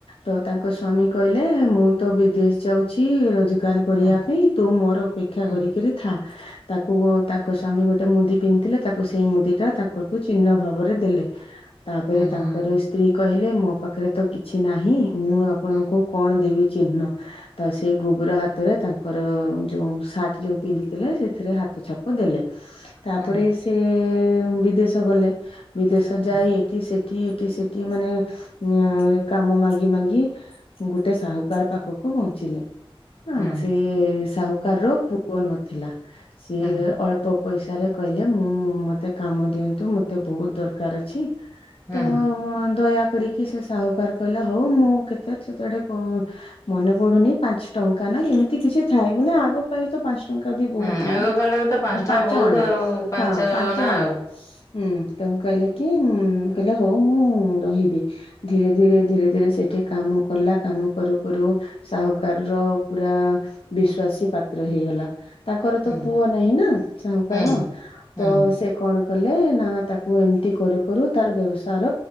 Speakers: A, on the left (about 70°); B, on the left (about 30°).
A: ତ ତାଙ୍କ ସ୍ଵାମୀ କହିଲେ ମୁଁ ତ ବିଦେଶ ଯାଉଛି ରୋଜ ରୋଜଗାର କରିବା
B: ହୁଁ
A: ପାଇଁ ତୁ ମୋର ଅପେକ୍ଷା
B: ହୁଁ
A: କରିି କିରି ଥା ତାକୁ ତାଙ୍କ ସ୍ଵାମୀ ଗୋଟେ ମୁଦି ପିନ୍ଧିଥିଲେ ତାକୁ ସେଇ ମୁଦିଟା ତାକୁ ଚିହ୍ନ ଭାବରେ ଦେଲେ ତାପରେ ତା ତାଙ୍କର
B: ହୁଁ
A: ସ୍ତ୍ରୀ କହିଲେ ମୋ ପାଖରେ ତ କିଛି ନାହିଁ ମୁଁ ଆପଣଙ୍କୁ
B: ହୁଁ
A: କଣ ଦେବି ଚିହ୍ନ ତ ସେଇ ଗୋବର ହାତରେ ତାଙ୍କର ଯୋଉ ସାର୍ଟ ଯୋଉ ପିନ୍ଧିଥିଲେ ସେଥିରେ ହାତ ଛାପ ଦେଲେ। ତାପରେ
B: ହୁଁ
A: ସେ ବିଦେଶ ଗଲେ ବିଦେଶ
B: ହୁଁ
A: ଯାଇ ଏଠି ସେଠି ଏଠି ସେଠି ମାନେ ଉ କାମ ମାଗି ମାଗି ଗୋଟେ ସାହୁକାର ପାଖକୁ ପହଞ୍ଚିଲେ। ହ
B: ହୁଁ
A: ସିଏ ସାହୁକାର ପୁଅ ନଥିଲା ସିଏ
B: ହୁଁ
A: ଅଳ ଅଳ୍ପ ପଇସାରେ କହିଲେ ମୁଁ ମତେ କାମ ଦିଅନ୍ତୁ ମତେ ବହୁତ୍ ଦରକାର୍ ଅଛି
B: ହୁଁ
A: ତ ଦୟା କରିକି ସେ ସାହୁକାର କହିଲା ହଉ ମୁଁ କେତେ ସେତେବେଳେ କହୁ ମନେ ପଡ଼ୁନି ପାଞ୍ଚ ଟଙ୍କା ନା ଏମିତି କିଛି ଥାଏ ମାନେ ଆଗ ଆଗକାଳେ ତ ପାଞ୍ଚ ଟଙ୍କା ବି ବହୁତ୍
B: ହୁଁ
A: ଥାଏ
B: ଆଗ
A: ନାଁ
B: କାଳରେ ତ ଟଙ୍କା
A: ପାଞ୍ଚ
B: ବହୁତ
A: ଅଣା
B: ଆଉ
A: ହଁ ପାଞ୍ଚ ଅଣା
B: ଆଉ
A: ହୁଁ ତେଣୁ କହିଲେ କି କହିଲେ ହଉ ମୁଁ ରହିବି। ଧୀରେ ଧୀରେ ଧୀରେ ଧୀରେ ସେଇଠି କାମ କଲା କାମ କରୁ କରୁ ସାହୁକାରର ପୁରା ବିଶ୍ବାସୀ ପାତ୍ର ହେଇଗଲା। ତାଙ୍କର
B: ହୁଁ
A: ତ ପୁଅ ନାହିଁ ନା ସାହୁକାରର
B: ହୁଁ। ହୁଁ
A: ତ ସେ କଣ କଲେ ନା ତାକୁ ଏମିତି କରୁ କରୁ ତାର ବ୍ୟବସାୟର